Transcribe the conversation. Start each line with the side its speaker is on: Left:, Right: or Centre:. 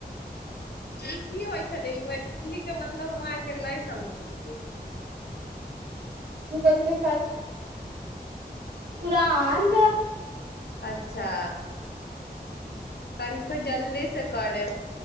Left: की होइ छ्लै इमिडीएटली के मतलब हमरा आरके नहि समझै छलियै
Right: तू बोल्बी सा कुरान
Left: अच्छा कनख जल्दी से करेब